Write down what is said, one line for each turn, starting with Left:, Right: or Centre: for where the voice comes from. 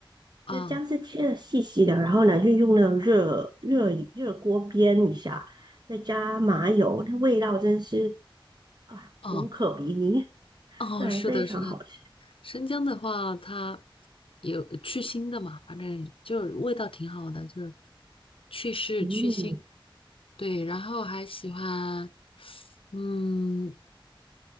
Left: 啊，
Right: 就姜丝切的细细的，然后呢，就用那个热热热锅煸一下，再加麻油，那味道真是啊无可比拟，
Left: 哦哦，
Right: 对，
Left: 是的，
Right: 非常好吃。
Left: 是的，生姜的话，它有去腥的嘛，反正就是味道挺好的，就是去湿去腥。
Right: 嗯，
Left: 对，然后还喜欢，嗯，